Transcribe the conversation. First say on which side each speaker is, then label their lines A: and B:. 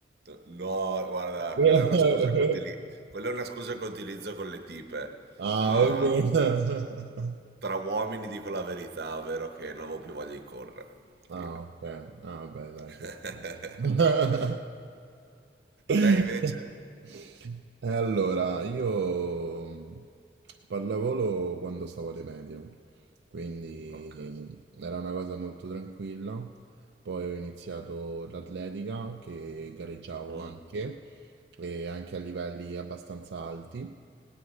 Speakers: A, on the right; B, on the right.
A: No, guarda,
B: <laughs>
A: quella è una scusa che utili- quella è una scusa che utilizzo con le tipe,
B: Ah,
A: ma
B: ok. <laughs>
A: tra uomini dico la verità, ovvero che non avevo più voglia di correre. Fine.
B: Ah, ok. Ah, beh, dai.
A: <laughs>
B: ci sta. <laughs> Eh,
A: Te invece?
B: Allora, io mh, pallavolo quando stavo alle medie, quindi
A: Ok.
B: era una cosa molto tranquilla. Poi ho iniziato l'atletica che gareggiavo
A: Mm,
B: anche, e anche a livelli abbastanza alti.